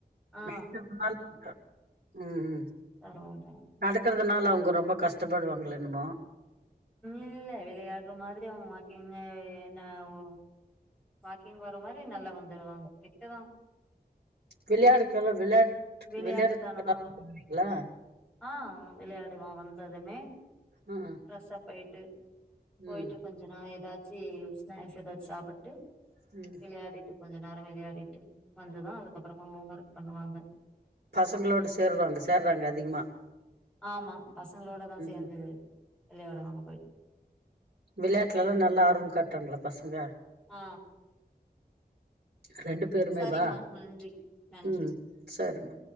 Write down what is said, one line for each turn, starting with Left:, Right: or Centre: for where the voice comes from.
Centre: ஆ
Right: <inaudible> ம் ஹூ
Centre: தருவோ தரு
Right: நடக்கறதுனால அவுங்க ரொம்ப கஷ்டப்படுவாங்ள என்னமோ
Centre: இல்ல விளையாடுற மாதிரி அவுங்க வாக்கிங்க என்ன ஒ வாக்கிங் வர்ற மாரி நல்லா வந்துருவாங்க கிட்டதா
Right: விளையாடு காலோ விளையாட்டு
Centre: விளையாட்டுத்தனமா
Right: விளையாட்டுக் <inaudible>
Centre: வந்து
Right: விடுவீங்ளா
Centre: ஆ விளையாடுவான் வந்ததுமே
Right: ஆ
Centre: ஃப்ரஸ் அப் ஆயிட்டு
Right: ம்
Centre: போயிட்டு கொஞ்ச நேர ஏதாச் சி ஸ்நாக்ஸ் ஏதாச்சு சாப்புட்டு
Right: ம்
Centre: விளையாடிட்டு கொஞ்ச நேர விளையாடிட்டு வந்துதா அதுக்கப்பறமா ஹோம் ஒர்க் பண்ணுவாங்க
Right: பசங்ளோடு சேருவாங்க சேர்றாங்க அதிகமாக
Centre: ஆமா பசங்களோட தா சேர்ந்து
Right: ம்
Centre: வெளையாடு வாங்க போயிட்டு
Right: விளையாட்டுல எல்லா நல்லா ஆர்வம் காட்றாங்ளா பசங்க
Centre: ஆ
Right: ரெண்டு பேருமே
Centre: சரிங்கமா
Right: வா
Centre: நன்றி நன்றி
Right: ம் சேர்மா